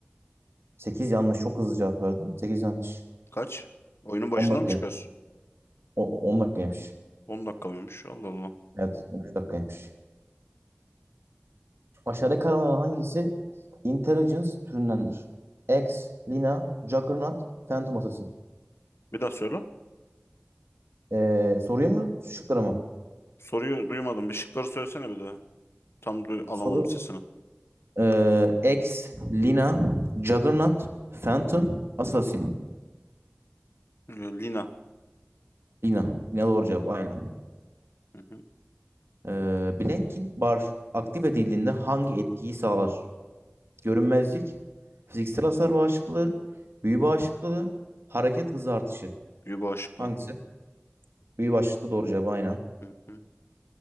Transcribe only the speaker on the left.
Kaç? Oyunun başında
mı çıkar?
10 dakika mıymış? Allah Allah.
Bir daha söyle.
Soruyu duymadım. Bir şıkları söylesene bir de. Tam duy- alamadım
sesini.
Ee, Lina.
Hı hı.
Yuba Aşıklı.
Hı hı.